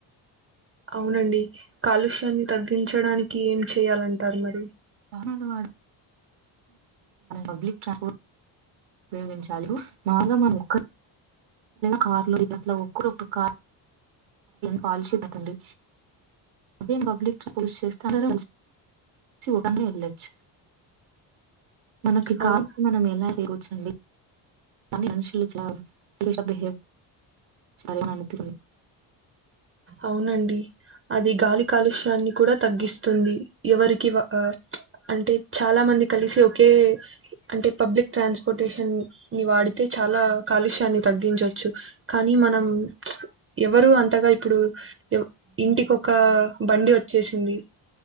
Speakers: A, on the right; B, on the right.
A: అవునండి కాలుష్యాన్ని తగ్గించడానికి ఏం చేయాలంటారు మరి
B: <unintelligible> పబ్లిక్ ట్రాన్స్పోర్ట్ ఉపయోగించ మాగామముకు కార్లో ఇ అట్లా ఒక్కరుక్క కార్ కాలడి అదే పబ్లిక్ పోలిష చేస్తా అందరు ఒకని వెళ్ళొచ్చు మనకి
A: అవును
B: కాదు మన మ ఎల అండి త అనులుడ హ <unintelligible>
A: అవునండి అది గాలి కాలుష్యాన్ని కూడా తగ్గిస్తుంది, ఎవరికి అంటే చాలా మంది కలిసి ఒకే అంటే పబ్లిక్ ట్రాన్స్పోర్టేషన్ ని వాడితే చాలా కాలుష్యాన్ని తగ్గించచ్చు కానీ మనం ఎవరు అంతగా ఇప్పుడు, ఇంటికొక బండి వచ్చేసింది,